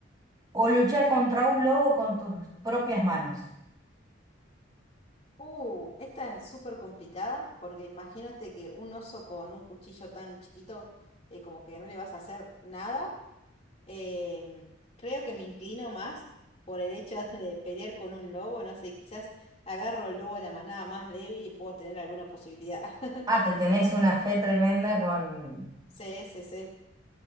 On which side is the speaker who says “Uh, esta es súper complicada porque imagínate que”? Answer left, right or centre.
Left